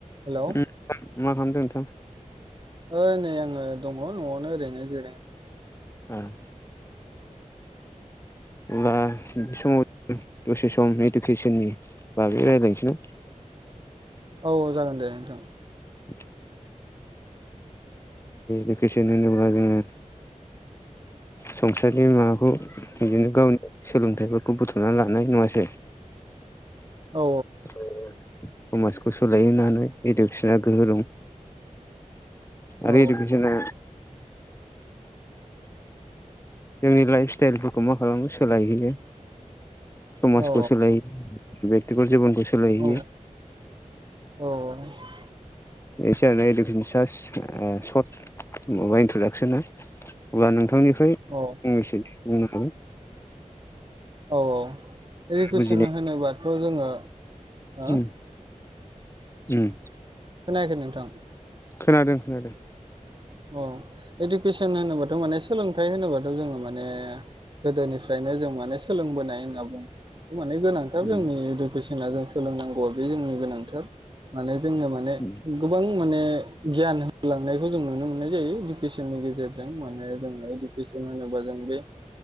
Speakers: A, on the right; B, on the left.
A: Hello
B: मा खालामदों नोंथां?
A: ओइ नै आङो दङ न'आवनो ओरैनो जिरायनानै
B: औ अब्ला बे समाव दसे सम इडुकेसननि बागै रायज्लायनोसै
A: औ औ जागोन दे नोंथां।
B: <inaudible> भेकेसन होनोब्ला जोङो संसारनि माबाखौ बिदिनो गावनि सोलोंथाइफोरखौ बुथुमना लानाय नङासै। समाजखौ
A: औ
B: सोलाय होननानै इडुकेसना गोहो दं आरो
A: औ
B: इडुकेचनआ जोंनि लाइफ स्टाइलफोरखौ मा खालामो सोलायहैयो समाजखौ
A: औ
B: सोलायहैयो। बेकतिगद जिबनखौ सोलायहोयो।
A: औ औ
B: एसे आरो इडुकेसन सास्ट सर्ट माबा इन्ट्रदाक्सना अब्ला नोंथांनिफ्राय
A: औ
B: फंनैसै बुंनो हागोन
A: औ औ इदुकेइसन
B: बुजिनाय
A: होनोबाथ' जोङो हो
B: उम उम
A: खोनायाखै नोंथां
B: खोनादों खोनादों
A: औ इडुकेसन होनोबाथ' माने सोलोंथाइ होनोबाथ' जोङो माने गोदोनिफ्रायनो जों माने सोलोंबोनाय होनना बुं माने गोनां थाब
B: उम
A: जोंनि इडुकेसना जों सोलोंनांगौआ बे जोंनि गोनांथार माने जोंनो माने
B: उम
A: गोबां माने गियान होलांनायखौ जों नुनो मोना य जायो इडुकेसननि गेजेरजों माने जोङो इडुकेसन होनोबा जों बे